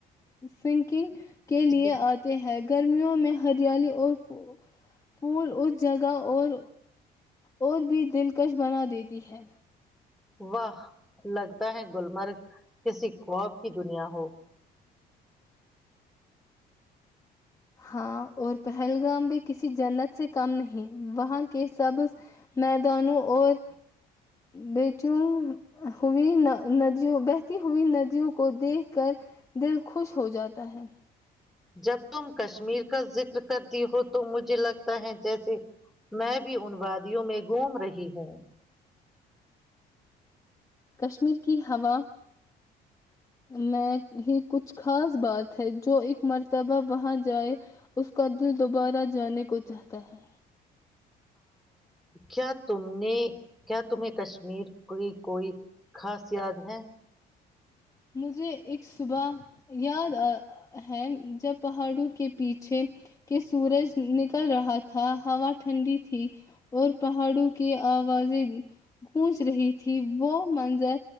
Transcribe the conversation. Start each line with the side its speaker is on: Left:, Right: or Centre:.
Left: سنکنگ کے لیے
Centre: کہ
Left: آتے ہیں گرمیوں میں ہریالی اور پھول اس جگہ اور اور بھی دلکش بنا دیتی ہے
Centre: واہ لگتا ہے گلمرگ کسی خواب کی دنیا ہو
Left: ہاں اور پہلگام بھی کسی جنت سے کم نہیں وہاں کے سبز میدانوں اور بیچوں ہوئی نہ ندیوں بہتی ہوئی ندیوں کو دیکھ کر دل خوش ہو جاتا ہے
Centre: جب تم کشمیر کا ذکر کرتی ہو تو مجھے لگتا ہیں جیسے میں بھی ان وادیوں میں گھوم رہی ہوں
Left: کشمیر کی ہوا میں ہی کچھ خاص بات ہے جو ایک مرتبہ وہاں جائے اس کا دل دوبارہ جانے کو چاہتا ہے
Centre: کیا تم نے کیا تمہیں کشمیر کی کوئی خاص یاد ہے
Left: مجھے ایک صبح یاد آ ہے جب پہاڑوں کے پیچھے کے سورج نکل رہا تھا ہوا ٹھنڈی تھی اور پہاڑوں کی آوازیں گونچ رہی تھی وہ منظر